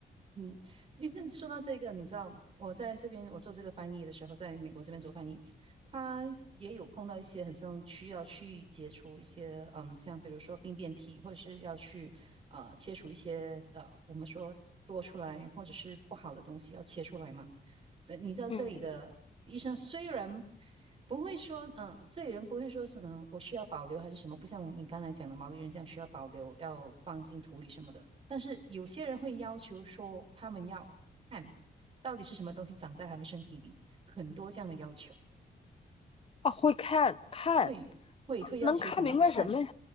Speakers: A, on the right; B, on the left.
A: 嗯，诶那说到这个，你知道我在这边我做这个翻译的时候，在美国这边做翻译，他也有碰到一些很像需要去解除一些，嗯，像比如说病变体，或者是要去呃切除一些呃我们说多出来或者是不好的东西要切出来嘛。对，你知道这里的医生虽然
B: 嗯，
A: 不会说，嗯、这里人不会说是，嗯、我需要保留还是什么，不像你刚才讲的毛利人这样需要保留，要放进土里什么的。但是有些人会要求说，他们要看到底是什么东西长在他们身体里，很多这样的要求，
B: 啊，会看看，
A: 会会会要求想要看，
B: 能看明白什么呀？